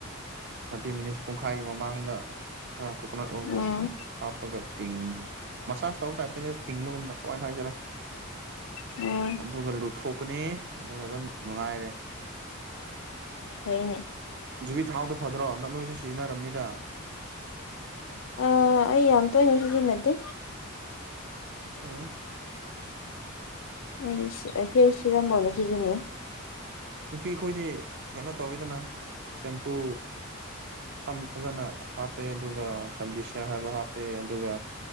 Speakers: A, on the right; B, on the left.
A: ꯊꯥꯔꯇꯤ ꯃꯤꯅꯤꯠꯁ ꯄꯨꯡꯈꯥꯏꯒꯤ ꯃꯃꯥꯡꯗ ꯑ ꯀꯣꯀꯣꯅꯠ ꯑꯣꯏꯜꯗꯣ
B: ꯎꯝ
A: ꯍꯥꯞꯄꯒ ꯇꯤꯡ ꯃꯁꯥꯁ ꯇꯧꯕ ꯇꯥꯏꯞꯇꯅꯦ ꯇꯤꯡꯕꯒꯨꯝꯅ ꯀꯃꯥꯏꯅ ꯍꯥꯏꯁꯤꯔꯣ
B: ꯎꯝ
A: ꯑꯗꯨꯒ ꯂꯨꯊꯣꯛꯀꯅꯤ ꯑꯗꯨꯒ ꯑꯗꯨꯝ ꯅꯨꯡꯉꯥꯏꯔꯦ
B: ꯍꯣꯏꯅꯦ
A: ꯖꯨꯕꯤ ꯊꯥꯎꯗꯣ ꯐꯗ꯭ꯔꯣ ꯅ ꯅꯣꯏꯁꯨ ꯁꯤꯖꯤꯟꯅꯔꯝꯅꯤꯗ
B: ꯑ ꯑꯩ ꯌꯥꯝ ꯇꯣꯏꯅ ꯁꯤꯖꯤꯟꯅꯗꯦ
A: ꯑꯣꯀꯦ
B: ꯑꯩꯗꯤ ꯁꯤ ꯍꯦꯔ ꯁꯤꯔꯝ ꯑꯣꯏꯅꯥ ꯁꯤꯖꯟꯅꯩ
A: ꯅꯨꯄꯤ ꯑꯩꯈꯣꯏꯗꯤ ꯀꯩꯅꯣ ꯇꯧꯋꯤꯗꯅ ꯁꯦꯝꯄꯨ ꯁꯝ ꯐꯖꯅ ꯍꯥꯞꯄꯦ ꯑꯗꯨꯒ ꯀꯟꯗꯤꯁꯅꯔ ꯍꯥꯏꯕ ꯍꯥꯞꯄꯦ ꯑꯗꯨꯒ